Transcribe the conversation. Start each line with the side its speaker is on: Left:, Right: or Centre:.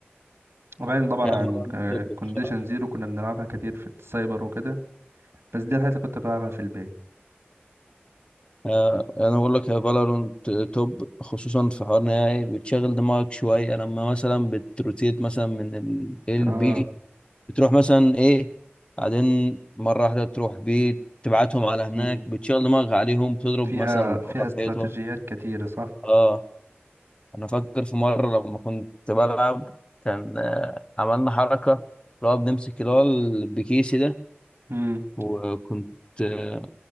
Right: وبعدين طبعا
Left: هي
Right: عن
Left: فالورانت توب
Right: كونديشن
Left: بصراحة
Right: زيرو كنا بنلعبها كتير في السايبر وكده بس دي الحاجة اللي كنت بلعبها في البيت
Left: آه، انا بقول لك يا فالورانت توب خصوصا في حوار نهائي بتشغل دماغك شويه لما مثلا بتروتيت مثلا من ال A ل
Right: اه
Left: B بتروح مثلا ايه بعدين مره واحده تروح بي تبعتهم على هناك
Right: مم.
Left: بتشغل دماغك عليهم بتضرب
Right: فيها
Left: مثلا من
Right: فيها
Left: ورا الحيطه
Right: استراتيجيات كتيرة صح
Left: اه انا فاكر في مره لما كنت بلعب كان آه، عملنا حركه اللي هو بنمسك اللي هو البكيسي ده
Right: امم
Left: وكنت آه،